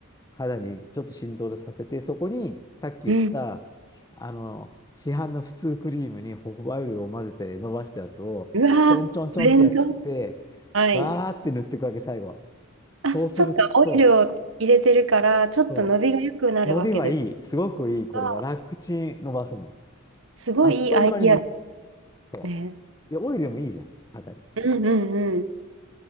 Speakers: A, on the left; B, on the right.
A: 肌にちょっと振動でさせて、そこにさっき言った、
B: うん
A: あの、市販の普通クリームにホホバイルを混ぜて伸ばしたやつを、
B: うわー、
A: ちょんちょんちょんってやって、
B: ブレンドはい。
A: バーって塗っていくわけ、最後。
B: あ、
A: そうすると、
B: そっか、オイルを入れてるから、ちょっと伸びが良くなるわけです
A: そう、伸びはいい。すごくいい。これは楽ちん伸ばすの。
B: が、すごいいいアイディアで
A: あっという間に伸びると。
B: すね。
A: そで、オイルもいいじゃん、肌に。
B: うん、うん、うん。